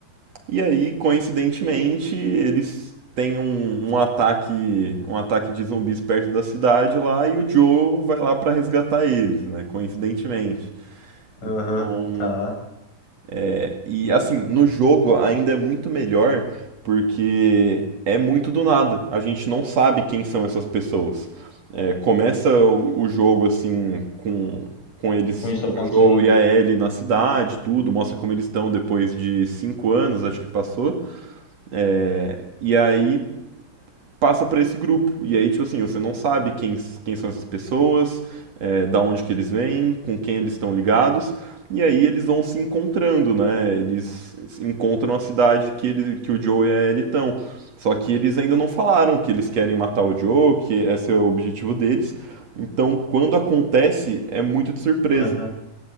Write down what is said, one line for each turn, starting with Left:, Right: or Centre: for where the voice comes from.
Right: E aí, coincidentemente, eles têm um, um ataque, um ataque de zumbis perto da cidade lá e o Joe vai lá pra resgatar eles, né? Coincidentemente. Então,
Left: aham, tá.
Right: é, e assim, no jogo ainda é muito melhor porque é muito do nada. A gente não sabe quem são essas pessoas. É, começa o, o jogo assim com com eles,
Left: Com isso
Right: com
Left: acontecendo.
Right: o Joe e a Ellie na cidade, tudo, mostra como eles estão depois de cinco anos, acho que passou. É, E aí passa para esse grupo. E aí, tipo assim, você não sabe quem, quem são essas pessoas, é, da onde que eles vêm, com quem eles estão ligados. E aí eles vão se encontrando, né? Eles encontram a cidade que, ele, que o Joe e a Ellie estão. Só que eles ainda não falaram que eles querem matar o Joe, que esse é o objetivo deles. Então, quando acontece, é muito de surpresa.
Left: Aham.